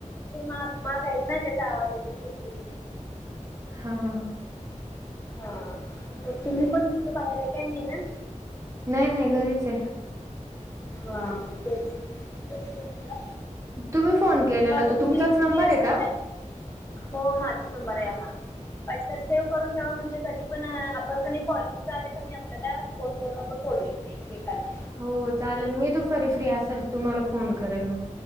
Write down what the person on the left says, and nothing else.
माग मागा येत ना त्याचा आवाज येतो शुर्कीत
हा तुम्ही पण कुठं बाहेर आहे काय नाही ना.
हा तेच म्हटलं
मग आता
तुम्ही
फ्री
असताय
का, हो माझाच नंबर आहे हाण सेव्ह करून ठेवा म्हणजे त, पण आपण कध कॉलिंग आले क आपल्याला फोन करून आपण बोलूया एकमेकांना,